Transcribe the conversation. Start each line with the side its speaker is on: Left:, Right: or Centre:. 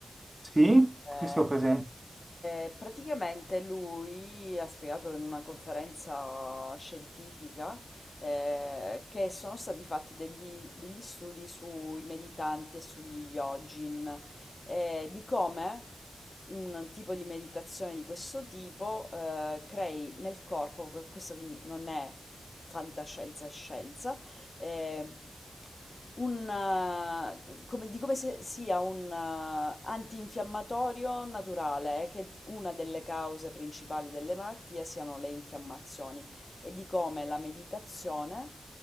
Right: Sì?
Left: eh,
Right: Sì, sì, ho presente.
Left: eh, praticamente lui ha spiegato in una conferenza scientifica eh, che sono stati fatti degli, degli studi sui meditanti e sugli yogin, eh, di come un tipo di meditazione di questo tipo eh, crei nel corpo, que- questa quindi non è fantascienza, è scienza, eh, un, eh, come, di come se sia un eh, antinfiammatorio naturale, eh, che una delle cause principali delle malattie siano le infiammazioni e di come la meditazione